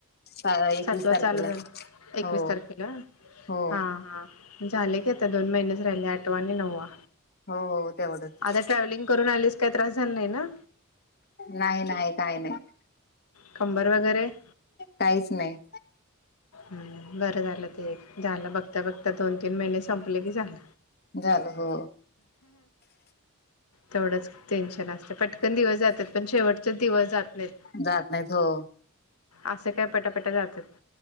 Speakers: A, on the left; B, on the left.
A: एकवीस
B: सातवा
A: तारखेला
B: चालू झालं, एकवीस
A: हो
B: तारखेला.
A: हो
B: हा हा झाले की आता दोन महिनेच राहिले, आठवा आणि नववा.
A: हो, हो. तेवढंच
B: आता ट्रॅव्हलिंग करून आलीस, काय त्रास झाला नही ना?
A: नाही, नाही काय नाही.
B: कंबर वगैरे, हं
A: काहीच नाही
B: बरं झालं. झालं ते, झालं बघता बघता दोन तीन महिने संपले की झालं.
A: झालं हो.
B: तेवढंच टेन्शन असतं, पटकन दिवस जात्यात. पण शेवटचंच दिवस जात नाहीत.
A: जात नाहीत हो.
B: असे काय पटापटा जात्यात.